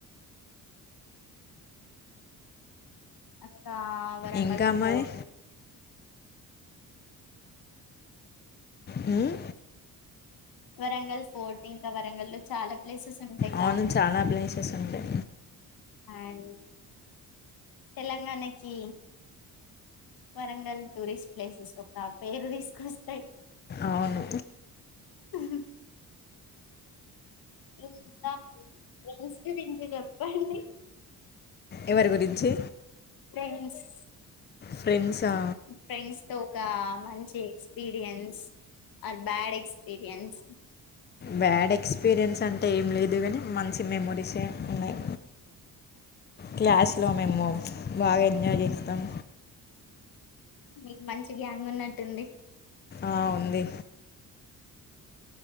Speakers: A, on the left; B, on the left.
A: ఇంకా వరంగల్
B: ఇంకా
A: ఫోర్ట్
B: మరి హ్మ్
A: వరంగల్ ఫోర్ట్ ఇంకా వరంగల్ లో చాలా ప్లేసెస్ ఉంటాయిగా
B: అవును చాలా ప్లేసెస్ ఉంటాయి
A: అండ్ తెలంగాణకి వరంగల్ టూరిస్ట్ ప్లేసెస్ ఒక పేరు తీసుకొస్తాయి
B: అవును
A: అ ఇంతా ఫ్రెండ్స్ గురించి చెప్పండి
B: ఎవరి గురించి
A: ఫ్రెండ్స్
B: ఫ్రెండ్స్ ఆ
A: ఫ్రెండ్స్ తో ఒక మంచి ఎక్స్పీరియన్స్ ఆ బ్యాడ్ ఎక్స్పీరియన్స్
B: బ్యాడ్ ఎక్స్పీరియన్స్ అంటే ఏం లేదు కానీ మంచి మెమరీసే ఉన్నాయి క్లాస్
A: నైస్
B: లో మేము బాగా ఎంజాయ్ చేస్తాం
A: మీకు మంచి గ్యాంగ్ ఉన్నట్టుంది
B: ఆ ఉంది